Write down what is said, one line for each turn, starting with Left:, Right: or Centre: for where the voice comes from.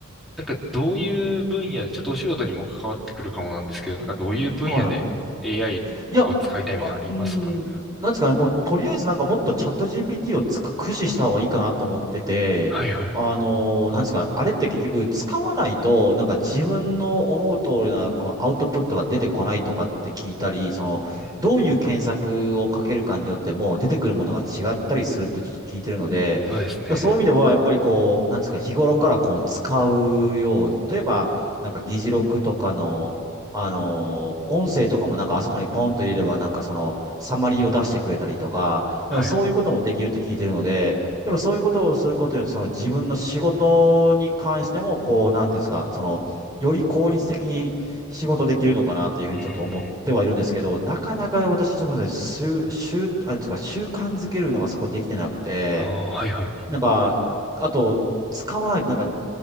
Centre: なんかどういう分野で、ちょっとお仕事にも関わってくるかもなんですけど、なんかどういう分野で
Right: はい
Centre: AI
Right: いや、
Centre: を使いたいみたいなのありますかね。
Right: あ、うーん、なんですかね、もうとりあえずなんかもっとチャット GPT をつく駆使した方がいいかなと思ってて、
Centre: はいはい。う
Right: あのーなんですか、あれって結局使わないと、なんか自分の思う通りなこのアウトプットが出てこないとかって聞いたり、その、
Centre: ー
Right: どういう検索をかけるかによっても出てくるものが違ったりするってちょっと聞いてるので、
Centre: そうですね。
Right: そういう意味では、やっぱりこう、なんですか、日頃からこう使うように、例えば、なんか議事録とかの、あの、音声とかもなんかあそこにポンと入れればなんかそのサマリーを出してくれたりとか、なんかそういうこともできるって聞いてるので、
Centre: はいはい。
Right: やっぱそういうことをすることによってその自分の仕事に関してもこう、なんていうんですか、その、より効率的に仕事できるのかなというふうにちょっと思ってはいるんですけど、
Centre: うん。うーん。
Right: なかなか私、そこで習、習、なんていうか習慣づけるのがそこできてなくて、
Centre: ああ、はいはい。
Right: なんか、あと、使わないとなんか